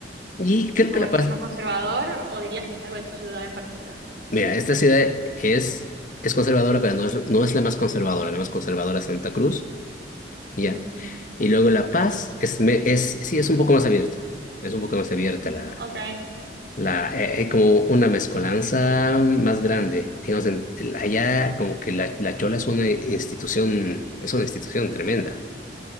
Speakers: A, on the left (about 45°); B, on the right (about 70°).
A: Y creo
B: ¿Como
A: que la paz.
B: que es más conservador o dirías que es algo de tu ciudad en particular?
A: Mira, esta ciudad es, es conservadora, pero no es, no es la más conservadora. La más conservadora es Santa Cruz, ya.
B: Mm,
A: Y luego La Paz es, me- es, sí, es un poco más abierta. Es un poco más abierta la,
B: ok.
A: la, eh, eh, como una mezcolanza más grande. Digamos, en- allá como que la, la Chola es una institución, es una institución tremenda.